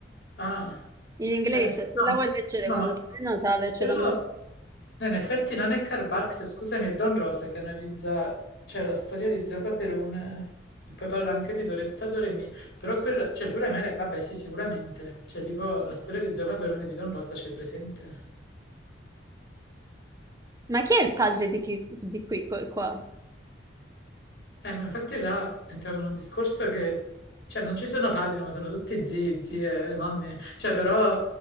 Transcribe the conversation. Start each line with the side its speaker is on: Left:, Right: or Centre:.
Left: Ah,
Right: In inglese,
Left: eh, no,
Right: se la
Left: ma,
Right: vuoi leggere
Left: no,
Right: quando
Left: ma
Right: sei Natale ce
Left: quello,
Right: l'ho nascosta.
Left: No, in effetti non è Karl Barks, scusami, è Don Rosa che analizza, cioè, la storia di Zio Paperone e poi parla anche di Doretta Doremi. Però quella, cioè tu le mele, vabbè sì, sicuramente. Cioè tipo la storia di Zio Paperone e di Don Rosa c'è presente?
Right: Ma chi è il padre di, chi, di qui, qua? qua?
Left: Eh, ma infatti là entriamo in un discorso che, cioè, non ci sono padri, ma sono tutti zii, zie, nonni. Cioè, però